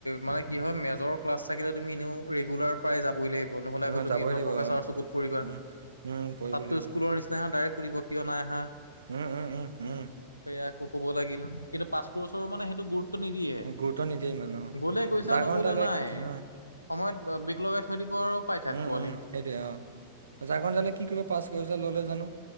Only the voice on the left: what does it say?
মানে কি হয় মেজৰ ক্লাচ থাকিলে তুমি এনেও ৰেগুলাৰ প্ৰায় যাবই লাগিব নহ'লে আকৌ
তুমি
ধৰ
প্ৰফেচাৰৰ
চকুত পৰিবা
তাততো
স্কুলৰ নিচি তাত ডাইৰেক্ সুধিব কিয় নাই আহা?
সেয়া আকৌ ক'ব লাগিল, কিন্তু পাচ কৰ্চৰ মানে সেইটো গুৰুত্ব নিদিয়ে।
গ'লে গৈছা,
নগ'লে
নাই।
সময়ত অ' বিগ লগাই থৈ দিব আৰু। পাই থাক
পোৱালি।